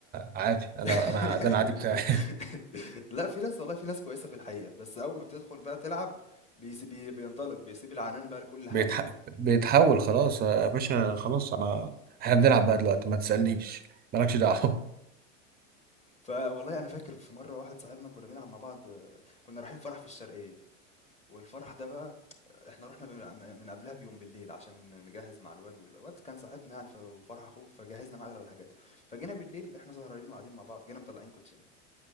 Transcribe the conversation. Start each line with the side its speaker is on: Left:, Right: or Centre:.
Right: عادي انا
Left: <laughs>
Right: انا ده العادي بتاعي
Left: لأ، في ناس والله في ناس كويسة في الحقيقة، بس أول ما بتدخل بقى تلعب بيس بي بينطلق، بيسيب العنان بقى
Right: <laughs>
Left: لكل حاجة.
Right: بيتح... بيتحول خلاص آه، يا باشا خلاص انا احنا بنلعب بقى دلوقتي ما تسألنيش مالكش دعوة
Left: فوالله أنا فاكر في مرة واحد صاحبنا كنا بنلعب مع بعض آه، كنا رايحين فرح في الشرقية، والفرح ده بقى إحنا رُحنا من م من قبلها بيوم بالليل عشان نجهّز مع الواد وال الواد كان صاحبنا يعني ف وفرح أخوه، فجهّزنا معاه أغلب الحاجات. فجينا بالليل إحنا سهرانين وقاعدين مع بعض، جينا مطلّعين كوتشينة.